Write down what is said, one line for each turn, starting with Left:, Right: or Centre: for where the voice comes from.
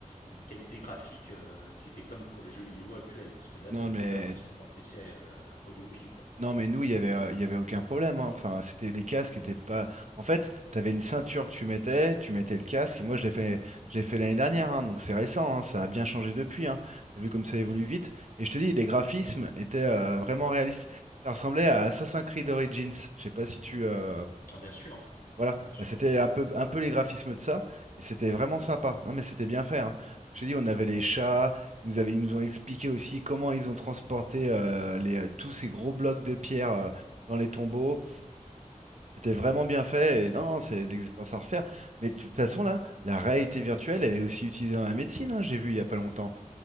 Left: une qualité graphique euh, qui était comme pour les jeux vidéo actuels parce que là
Right: Non,
Left: tu as le
Right: mais,
Left: moteur qui se trouve dans le PC euh, relié au fil quoi,
Right: non,
Left: tu vois.
Right: mais nous, il y avait, euh, il y avait aucun problème. hein. Enfin, c'était les casques étaient pas. En fait, tu avais une ceinture que tu mettais, tu mettais le casque. Et moi, je l'ai fait, je l'ai fait l'année dernière, hein, donc c'est récent. hein, ça a bien changé depuis. Hein. T'as vu comme ça
Left: Hmm.
Right: évolue vite. Et je te dis, les graphismes étaient euh, vraiment réalistes. Ça ressemblait à Assassin's Creed Origins. Je sais pas si tu, euh,
Left: Ah, bien sûr,
Right: Voilà,
Left: bien
Right: bah,
Left: sûr.
Right: c'était
Left: ouais, ouais.
Right: un peu, un peu les graphismes de ça, et c'était vraiment sympa. Non, mais c'était bien fait, hein. Je t'ai dit, on avait les chats, ils nous avaient, ils nous ont expliqué aussi comment ils ont transporté euh, les, euh, tous ces gros blocs de pierre euh, dans les tombeaux. C'était vraiment bien fait, et non, non, c'est des expériences à refaire. Mais de toute façon, là, la réalité virtuelle, elle est aussi utilisée dans la médecine, hein, j'ai vu il y a pas longtemps.